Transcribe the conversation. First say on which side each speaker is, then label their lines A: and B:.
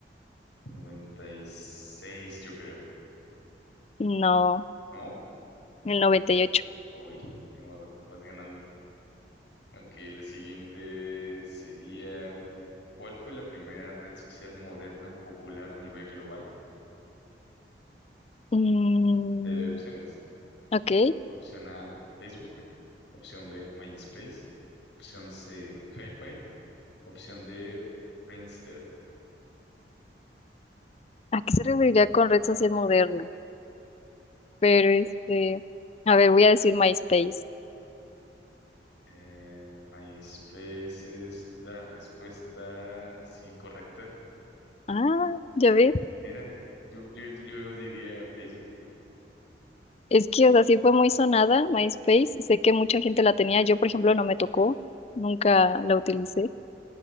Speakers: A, on the left; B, on the left.
A: noventa y seis, yo creo.
B: No,
A: ¿No?
B: el 98.
A: Uy, ni modo, vas ganando. Ok, la siguiente sería, ¿cuál fue la primera red social moderna popular a nivel global?
B: Mm,
A: ¿Te doy opciones?
B: ok.
A: Opción A, Facebook. Opción B, MySpace. Opción C, Hi-Fi. Opción D, Friendster.
B: ¿A qué se referiría con red social moderna? Pero este, a ver, voy a decir MySpace.
A: Eh, MySpace es la respuesta, sí, correcta.
B: Ah, ya ves.
A: Mira, yo, yo, yo diría Facebook.
B: Es que, o sea, sí fue muy sonada MySpace. Sé que mucha gente la tenía. Yo, por ejemplo, no me tocó. Nunca la utilicé.